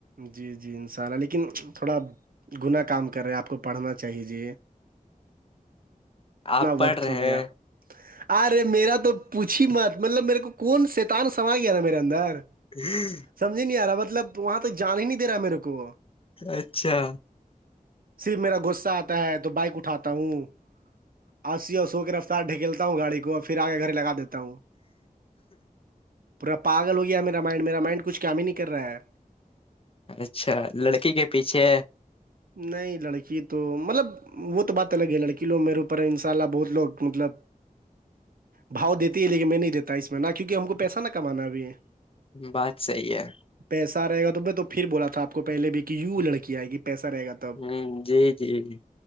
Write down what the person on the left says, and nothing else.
آپ پڑھ
رہے
ہوں <inaudible>
اچھا
اچھا لڑکی کے پیچھے
بات صحی ہے
ہوں جی جی جی